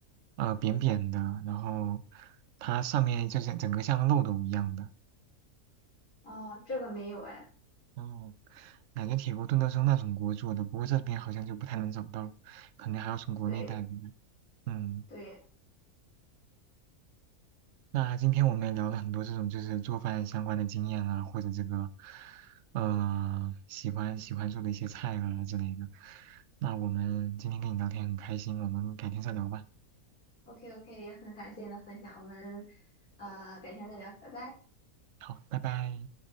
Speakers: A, on the right (about 65°); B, on the left (about 75°).
A: 呃扁扁的，然后它上面就是整个像漏斗一样的。
B: 哦，这个没有哎，
A: 然后感觉铁锅炖都是用那种锅做的，不过这边好像就不太能找到，可能还要从国内带过来。
B: 对
A: 嗯。
B: 对
A: 那今天我们也聊了很多这种就是做饭相关的经验啊，或者这个，呃，喜欢喜欢做的一些菜啊之类的。那我们今天跟你聊天很开心，我们改天再聊吧。
B: ，OK OK，也很感谢你的分享，我们呃改天再聊，拜拜。
A: 好，拜拜。